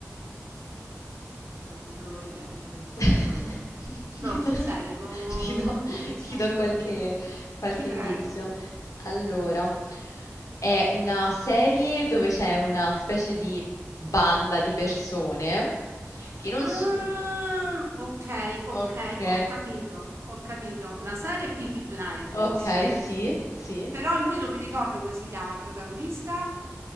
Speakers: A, on the right (about 50°); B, on the left (about 85°).
A: Senti, non ho idea veramente.
B: <laughs>
A: Allora, no, sul serio, no,
B: Ti do,
A: non, cioè,
B: ti do
A: no,
B: qualche,
A: no.
B: qualche
A: Ti prego.
B: indizio. Allora, È una serie dove c'è una specie di banda di persone che non...
A: Ah,
B: s-
A: ok, ok,
B: Ok,
A: ho capito, ho capito. La serie è Peaky Blinders.
B: ok, sì, sì.
A: Però lui non mi ricordo come si chiama il protagonista.